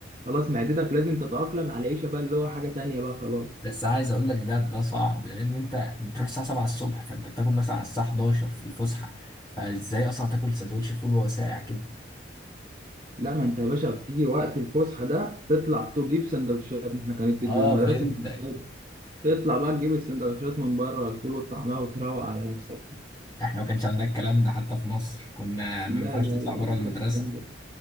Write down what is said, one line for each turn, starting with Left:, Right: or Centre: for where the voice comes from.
Right: وخلاص معدتك لازم تتأقلم على العيشة بقى اللي هو حاجة تانية بقى خلاص
Left: بس عايز اقول لك ده ده صعب لان انت بتروح الساعه 7 الصبح فانت بتاكل مثلا على الساعه 11 في الفسحه فازاي اصلا تاكل سندوتش فول وهو ساقع كده
Right: لا ما انت يا باشا بتيجي وقت الفسحة ده تطلع تجيب سندوتشات ما احنا كانت المدرسة
Left: اه فهمتك
Right: كانت قريبة. تطلع بقى تجيب السندوتشات من بره الفول والطعمية وتروق على نفسك
Left: احنا ما كانش عندنا الكلام ده حتى في مصر كنا ما
Right: لا
Left: ينفعش
Right: لا
Left: تطلع
Right: لا
Left: بره
Right: سيبك
Left: المدرسه
Right: من الكلام ده